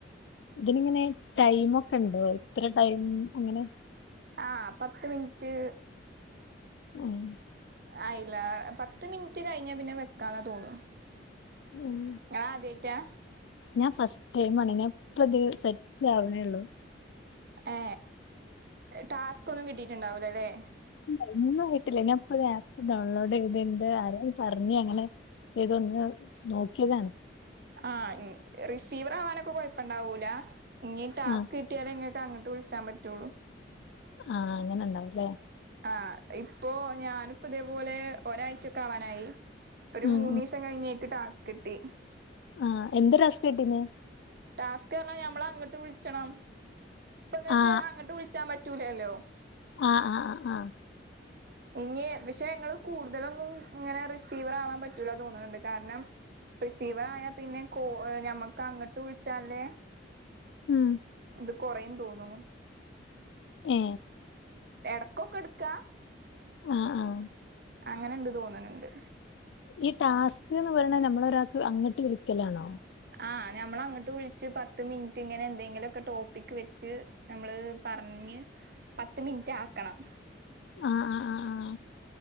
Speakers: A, on the left; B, on the right.
A: ഇതി ങ്ങനെ ടൈമൊക്കെണ്ടോ ഇത്ര ടൈം അങ്ങനെ
B: ആ പത്ത് മിന്റ്റ്
A: ഉം
B: ആയില്ല പത്ത് മിൻറ്റ് കഴിഞ്ഞാ പിന്നെ വെക്കാന്നാ തോന്നു
A: ഉം
B: ങ്ങളാതേയ്റ്റാ?
A: ഞാൻ ഫസ്റ്റ് ടൈമാണ് ഞ്ഞാൻ ഇപ്പത് സെറ്റാവണേള്ളു
B: ഏ ടാസ്ക് ഒന്നും കിട്ടിട്ടുണ്ടാവ് ലല്ലേ
A: ഒന്നും ആയിട്ടില്ല ഞ പ്പോ ഇത് ആപ്പ് ഡൗൺലോഡ് ചെയ്തിണ്ട് ആരോന്ന് പറഞ്ഞ് അങ്ങനെ ചെയ്തൊന്ന് നോക്കിയതാണ്
B: ആ റിസീവർ ആവാനൊക്കെ കൊഴപ്പണ്ടാവൂല ഇനി ടാസ്ക്
A: ആ
B: കിട്ടിയാലെങ്ങ അങ്ങട്ട് വിളിച്ചാൻ പറ്റുള്ളൂ
A: ആ അങ്ങനെ ണ്ടാവുംല്ലേ
B: ആ ഇപ്പോ ഞാനിപ്പതേപോലെ ഒരാഴ്ചൊക്കെ ആവാനായി ഒരു
A: ഉം
B: മൂന്നീസം കഴിഞ്ഞേക്ക് ടാസ്ക്കിട്ടി
A: ആഹ എന്തൊ <unintelligible> രസ്ഥ കിട്ടിന്ന്
B: ടാസ്ക് പറഞ്ഞാഞമ്മളങ്ങട്ട് വിള്ച്ചണം ഇപ്പങ്ങക്ക്
A: ആ
B: അങ്ങട്ട് വിള് <unintelligible> പറ്റൂലല്ലോ
A: ആ ആ ആ
B: ഇഞ്ഞി പക്ഷെ ങ്ങള് കൂടുതലൊന്നും ഇങ്ങനെ റിസീവർ ആവാൻ പറ്റൂല തോന്നുണ്ട് കാരണം പ്രെസീവറായാൽ പിന്നെ കൊ ഞമ്മക്കങ്ങട്ട് വിളിച്ചാലെ
A: ഉം
B: ഇത് കൊറയും തോന്നുന്നു
A: ഏ
B: എടക്കൊക്കെ ടുക്കാ
A: ആഹ ആഹ
B: അങ്ങനെ ഇണ്ട് തോന്നണണ്ട്
A: ഈ ടാസ്ക് എന്ന് പറയണ നമ്മള ഒരാൾക്ക് അങ്ങോട്ട് വിളിക്കലാണോ
B: ആഹ് ഞമ്മൾ അങ്ങട്ട് വിളിച്ച് പത്ത് മിനിറ്റ് ഇങ്ങനെ എന്തെങ്കിലൊക്കെ ടോപ്പിക് വെച്ച് നമ്മള് പറഞ്ഞ- പറഞ് പത്ത് മിനിറ്റ് ആക്കണം
A: ആ് ആ് ആ ആ